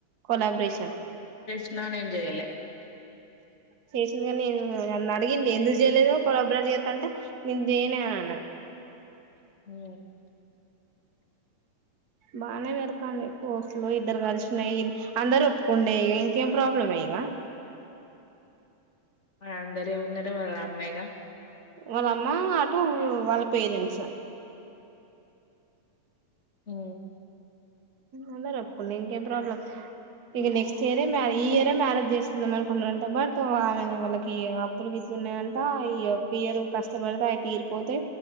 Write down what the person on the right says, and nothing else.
కొల్లాబ్రేషన్
చేసింది కానీ నేను నన్ను అడిగింది ఎందుకు చేయలేదు కొల్లబ్రే ట్ చెత్తంటే నేనుచేయను అన్నా
బానే పెడతంది పోస్ట్లు ఇద్దరు కలిసినయి అందరు ఒప్పుకుండే ఇంకేం ప్రాబ్లమ్ ఎ ఇంగ
వాళ్ళ అమ్మా అటు వాళ్ళ పేరెంట్స్
అందరు ఒప్పుకుండే ఇంకేం ప్రాబ్లమ్ ఇక నెక్స్ట్ ఇయరే మ్య ఈ ఇయరే మ్యారేజ్ చేసుకుందాం అనుకున్నారంట బట్ ఆమె వాళ్ళకి అప్పుల గిప్పు న్నాయంట ఈ ఒక్క ఇయర్ కష్టపడితే అవి తీరిపోతే